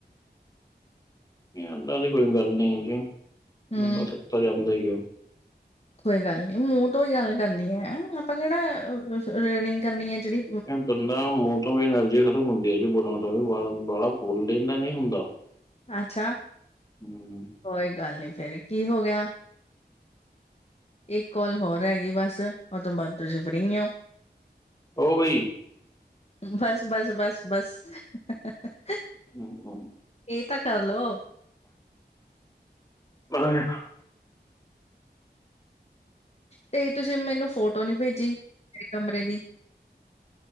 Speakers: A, on the left; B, on the left.
A: ਏਦਾਂ ਦੀ ਕੋਈ ਗੱਲ ਨੀਂ ਕਰੇਗੀ,
B: ਹੂੰ
A: ਬੰਦਾ ਥੱਕਤਾ ਜਾਂਦਾ ਈ ਐ।
B: ਕੋਈ ਗੱਲ ਨ੍ਹੀਂ ਮੂੰਹ ਤੋਂ ਹੀ ਗੱਲ ਕਰਣੀ ਏ, ਆਪਾਂ ਕਿਹੜਾ ਰਨਿੰਗ ਕਰਨੀ ਐ ਜਿਹੜੀ
A: ਇਹ ਬੰਦਾ ਮੂੰਹ ਤੋਂ ਵੀ ਐਨਰਜੀ ਖ਼ਤਮ ਹੁੰਦੀ ਹੈ ਜੀ ਬੋਲਣ। ਵਾਲਾ ਬੋਲ ਦਣ ਦਾ ਨੀ ਹੁੰਦਾ।
B: ਅੱਛਾ
A: ਹਂ
B: ਕੋਈ ਗੱਲ ਨੀਂ ਫੇਰ ਕੀ ਹੋ ਗਿਆ। ਇੱਕ ਕਾਲ ਹੋਰ ਹੈਗੀ ਬਸ, ਉਹ ਤੋਂ ਬਾਅਦ ਤੁਸੀਂ ਫਰੀ ਔਂ।
A: ਉਹ ਬਈ
B: ਬਸ, ਬਸ, ਬਸ, ਬਸ। <unintelligible>
A: ਹਂ, ਹਂ।
B: ਇਹ ਤਾਂ ਕਰਲੋ
A: <unintelligible>
B: ਤੇ ਤੁਸੀਂ ਮੈਨੂੰ ਫੋਟੋ ਨੀਂ ਭੇਜੀ, ਮੇਰੇ ਕਮਰੇ ਦੀ।